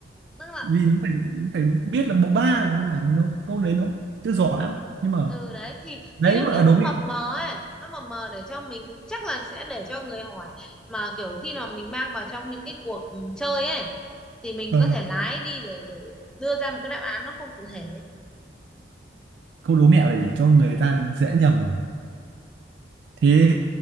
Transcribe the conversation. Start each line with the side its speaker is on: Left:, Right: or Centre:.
Centre: tức là
Right: vì nó phải phải biết là bố ba của con nào nó câu đấy nó chưa rõ lắm nhưng mà
Centre: ừ đấy thì
Right: đấy
Centre: thì nó
Right: gọi
Centre: kiểu
Right: là đố
Centre: nó
Right: mẹo
Centre: mập mờ ấy nó mập mờ để cho mình chắc là sẽ để cho người hỏi mà kiểu khi nào mình mang vào trong những cái cuộc ừ, chơi ấy thì mình
Right: Ờ,
Centre: có thể lái đi để để đưa ra một cái đáp án nó không cụ thể
Right: câu đố mẹo này để cho người ta dễ nhầm mà. Thế